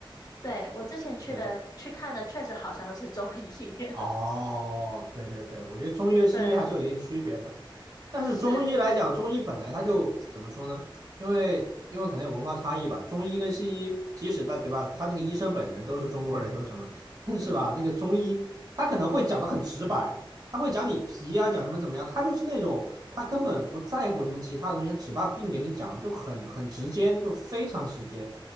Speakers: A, on the left; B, on the right.
A: 对，我之前去的去看的确实好像是中医，
B: 对。
A: <laughs>
B: 哦，对对对，我觉得中医和西医还是有一定区别的。
A: 对，
B: 但是中医来讲，
A: 是，
B: 中医本来它就怎么说呢？因为因为可能有文化差异吧，中医跟西医，即使在对吧，他那个医生本人都是中国人，都是什么，但是吧，
A: 嗯，
B: 那个中医他可能会讲的很直白，他会讲你皮啊，讲什么怎么样，他就是那种他根本不在乎什么其他东西，他只把病给你讲，就很很直接，就非常直接。